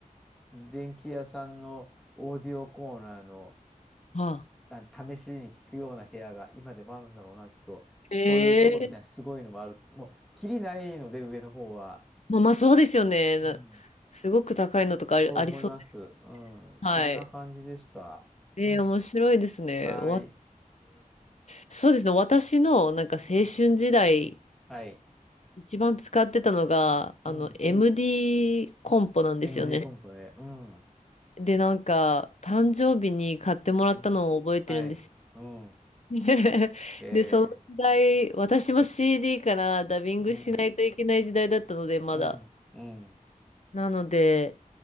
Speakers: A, in the centre; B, on the left.
A: ー電気屋さんのオーディオコーナーの、
B: はあ。
A: なん、試しに聞くような部屋が今でもあるんだろうな、きっと。
B: へえ。
A: そういうとこみたいにすごいのもある。もう、きりないので、上の方は。
B: まあ、まあ、そうですよね。な
A: うん。
B: すごく高いのとかあり、
A: と思います。
B: ありそうです。
A: うん。
B: はい。
A: そんな感じでした。
B: えー、
A: うん。
B: 面白いですね。
A: はい。
B: わそうですね。私のなんか青春時代、
A: うん。はい。
B: 一番使ってたのが、あの、
A: うん。
B: MD コンポなんですよね。
A: MD コンポね。うん。う
B: で、なんか、誕生日に買ってもらったのを覚えてるんですよ。
A: ん。はい。うん。
B: <laughs>
A: え
B: で、その時代、
A: ー
B: 私も CD からダビングしないといけない時代だったので、
A: うん、
B: まだ。
A: うん、うん、
B: なので、